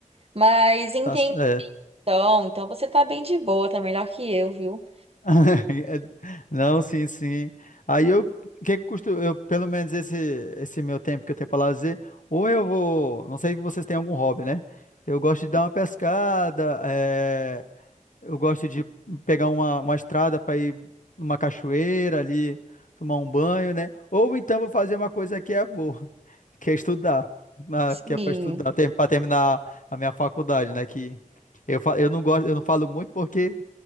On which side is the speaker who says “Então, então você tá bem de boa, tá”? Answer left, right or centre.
Right